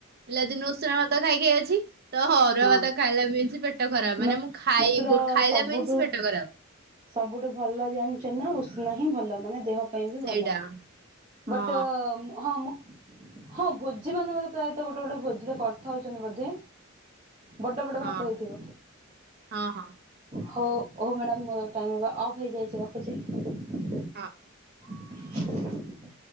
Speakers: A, on the right (about 50°); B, on the right (about 25°).
A: ପିଲାଦିନୁ ଉଷୁନା ଭାତ ଖାଇକି କିଏ ଅଛି? ତହ ଅରୁଆ
B: ହଁ।
A: ଭାତ ଖାଇଲେ ମିନ୍ସିପା ପେଟ ଖରାପ ମାନେ
B: ମା
A: ମୁଁ ଖାଇ
B: ମାତ୍ର
A: ଗୋ ଖାଇଲା
B: ସବୁଠୁ
A: ମିନ୍ସ୍ ପେଟ ଖରାପ
B: ସବୁଠୁ ଭଲ ଜାଣିଛ ନା ଉଷୁନା ହିଁ ଭଲ ମାନେ ଦେହ ପାଇଁ ବି
A: ସେଇଟା
B: ଭଲ
A: ହଁ
B: ବଟ ମୁଁ ହଁ ମୁଁ ହଁ ଭୋଜି ମାନଙ୍କରେ ପ୍ରାୟତ ଗୋଟେ ଗୋଟେ ଭୋଜିରେ କରଥାଉଛନ୍ତି ବୋଧେ ବଡ଼ ବଡ଼
A: ହଁ
B: ଭାତ ହେଇଥିବ।
A: ହଁ ହଁ
B: ହଉ ହଉ ମ୍ୟାଡ଼ାାମ ମୁଁ ରଖ୍ ଟାଇମ୍ ଏବେ ଅଫ୍ ହେଇଯାଇଛି ରଖୁଛି।
A: ହଁ।
B: <inaudible>